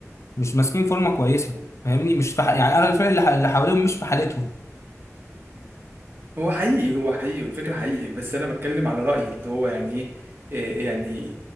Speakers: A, on the left; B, on the right.
A: مش ماسكين فورمه كويسه فاهمني مش في ح- يعني اغلب الفرق اللي ح- اللي حواليهم مش في حالتهم
B: هو حقيقي هو حقيقي والفكره حقيقي بس انا بتكلم على رايي اللي هو يعني ايه إيه يعني